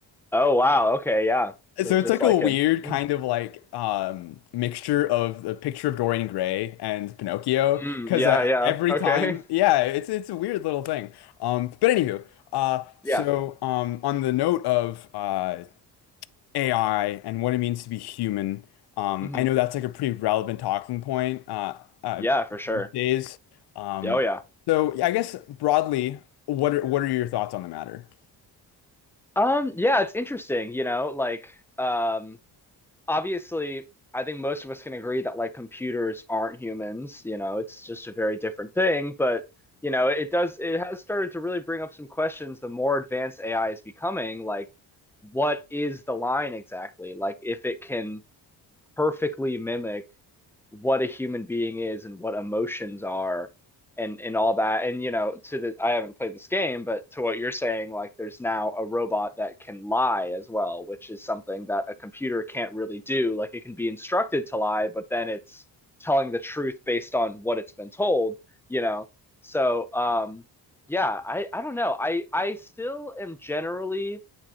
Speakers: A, in the centre; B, on the left.
A: Oh wow. Okay. Yeah. So
B: So
A: just
B: it's like
A: like
B: a weird
A: him. Mm.
B: kind of like um mixture of the picture of Dorian Gray and Pinocchio
A: Mm,
B: because
A: yeah.
B: uh,
A: Yeah.
B: every
A: Okay.
B: time
A: <laughs>
B: yeah it's it's a weird little thing um but anywho uh
A: Yeah.
B: so um on the note of uh AI and what it means to be human. Um,
A: hmm
B: I know that's like a pretty relevant talking point uh, uh,
A: Yeah. For sure.
B: these days. Um,
A: Oh yeah.
B: so yeah, I guess broadly, what are, what are your thoughts on the matter?
A: Um. Yeah. It's interesting. You know, like um. Obviously, I think most of us can agree that like computers aren't humans. You know, it's just a very different thing. But you know, it does. It has started to really bring up some questions. The more advanced AI is becoming, like, what is the line exactly? Like, if it can. perfectly mimic what a human being is and what emotions are and and all that and you know to the I haven't played this game but to what you're saying like there's now a robot that can lie as well which is something that a computer can't really do like it can be instructed to lie but then it's telling the truth based on what it's been told you know so um yeah I I don't know I I still am generally